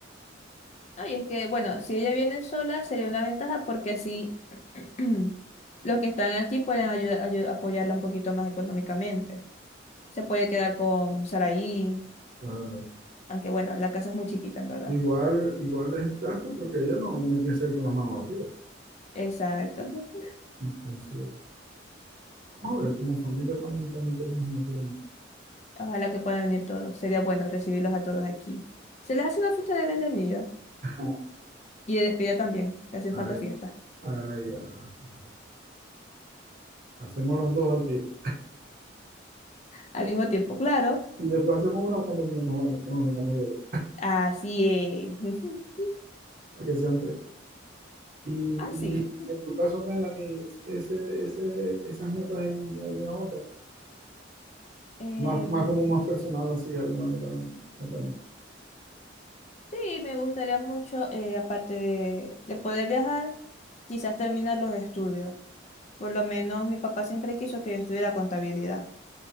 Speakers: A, on the left; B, on the right.
A: No, y es que, bueno, si ella viene sola sería una ventaja porque así <clears throat> los que están aquí pueden ayudar, ayu- apoyarla un poquito más económicamente. Se puede quedar con Saraí,
B: Ah,
A: aunque bueno, la casa es muy chiquita, en verdad.
B: igual, igual es gasto porque ella no, no piensa ir con las manos vacías.
A: Exacto. <laughs>
B: Entonces, vamos a ver, como familia también, también tenemos nosotros.
A: Ojalá que puedan venir todos. Sería bueno recibirlos a todos aquí. Se les hace una fiesta de bienvenida.
B: <laughs>
A: Y de despedida también, que hace
B: Ay,
A: falta fiesta.
B: ay, gracias. Hacemos las dos al tiempo.
A: Al mismo tiempo, claro.
B: Y después hacemos una cuando nos, van- nos vengamos de ver,
A: Así es. <laughs>
B: para que sean tres. Y,
A: Así.
B: y en tu caso, Melanie, ese, ese, esas metas hay alguna otra,
A: Em,
B: más, más como más personal, así, alguna meta no, no tenés.
A: sí, me gustaría mucho, eh, aparte de, de poder viajar, quizás terminar los estudios. Por lo menos mi papá siempre quiso que yo estudiara contabilidad.